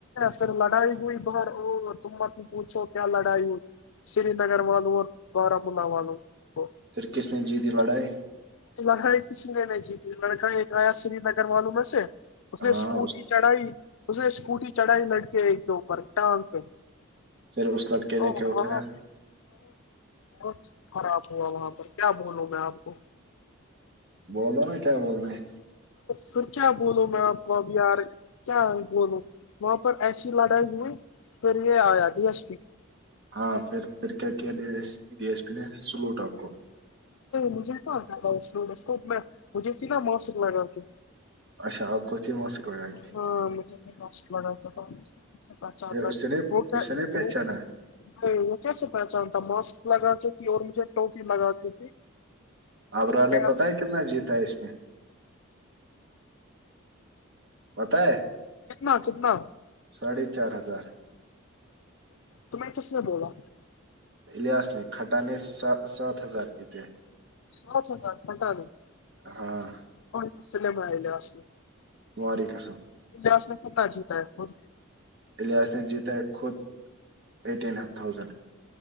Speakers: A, on the left; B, on the right.
A: پھر لڑائی ہوئی باہر ا تم مت پوچھو کیا لڑائی ہو سرینگر والوں اور بارامولہ والوں کو
B: پھر کس نے جیتی لڑائی
A: لڑائی کسی نے نہیں جیتی لڑکا ایک آیا سرینگر والوں میں سے اس نے
B: ہاں
A: اسکوٹی
B: اس
A: چڑھائی اس نے اسکوٹی چڑھائی لڑکے ایک کے اوپر ٹانگ پہ
B: پھر اس لڑکے
A: <unintelligible>
B: نے کیا اٹھایا
A: بہت خراب ہوا وہاں پر کیا بولوں میں آپ کو
B: بولو نا کیا بولنا ھے
A: پھر کیا بولوں میں آپ کو اب یار کیا بولو وہاں پر ایسی لڑائی ہوئی پھر یہ آیا ڈھی ایس پی
B: ہاں پھر پھر کیا کیا ڈی ایس پی نے سلوٹ آپ کو
A: مجھے کیا کیا تھا اس اسکوپ میں مجھے تھی نا ماسک لگا کے
B: اچھا اپ کچھ مسی کو کی
A: ہاں مجھےاش بتا تھا پہچا
B: پھر اس نے
A: وہ کیا
B: اس نے پہچانا
A: وہ بھائی وہ کیسے پہچان تھا ماسک لگاتی تھی اور مجھے ٹوپی لگاتی تھی
B: ابرار
A: کیا
B: نے پتا ہے کتنا جیتا ہے اس میں پتہ ہے
A: کتنا کتنا
B: ساڑھے چار ہزار
A: تمہیں کس نے بولا
B: الیاس نے کھٹا نے سات ہزار جیتے
A: سو تھتا کٹا ن
B: ہاں
A: کوصل میں آئی لے آس
B: تمہاری قسم
A: الیاس نے کتنا جیتا ہے خود
B: الیاس نے جیتا ہے خود ایٹین تھاؤزینڈ